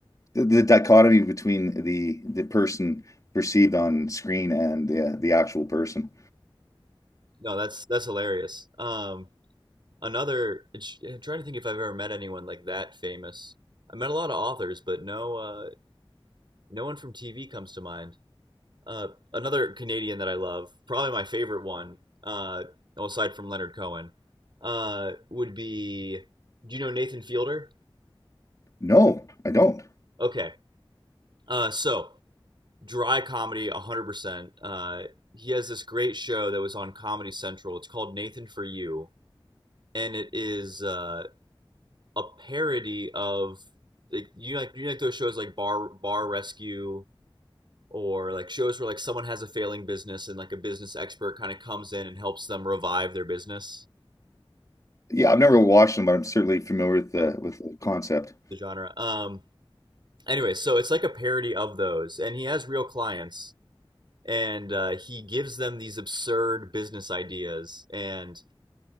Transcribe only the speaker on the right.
No, that's that's hilarious. Um, another I'm trying to think if I've ever met anyone like that famous. I met a lot of authors, but no uh no one from TV comes to mind. Uh, another Canadian that I love, probably my favorite one, uh, well, aside from Leonard Cohen, uh, would be. Do you know Nathan Fielder?
Okay, uh, so dry comedy, one hundred percent. Uh, he has this great show that was on Comedy Central. It's called Nathan for You, and it is uh, a parody of like you know, like you know, like those shows like Bar Bar Rescue or like shows where like someone has a failing business and like a business expert kind of comes in and helps them revive their business
Yeah.
the genre um anyway so it's like a parody of those and he has real clients and uh, he gives them these absurd business ideas and